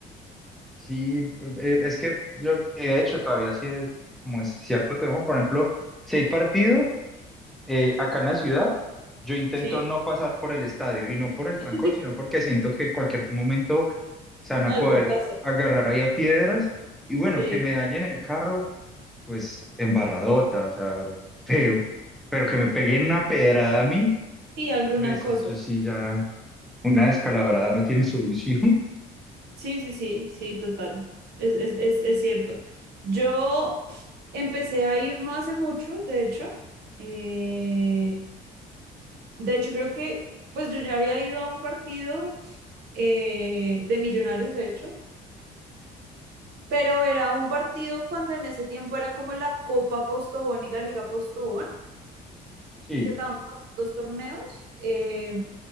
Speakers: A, in the centre; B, on the right.
A: Sí, eh, es que yo, eh, de hecho, todavía sí, eh, como es cierto tema, por ejemplo, si hay partido eh, acá en la ciudad, yo intento
B: ¿sí?
A: no pasar por el estadio y no por el trancón,
B: <laughs>
A: sino porque siento que en cualquier momento se van
B: Algo
A: a poder
B: pasa,
A: agarrar ahí a piedras y bueno,
B: sí.
A: que me dañen el carro, pues embarradota, o sea, feo, pero que me peguen una pedrada a mí.
B: Y alguna
A: Pues
B: cosa.
A: eso sí, ya una descalabrada no tiene solución. <laughs>
B: Sí, sí, sí, sí, total. Es, es, es, es cierto. Yo empecé a ir no hace mucho, de hecho. Eh, de hecho, creo que, pues yo ya había ido a un partido eh, de Millonarios, de hecho, pero era un partido cuando en ese tiempo era como la Copa Postobón y la Liga Postobón,
A: Sí,
B: que estaban como esos dos torneos. eh,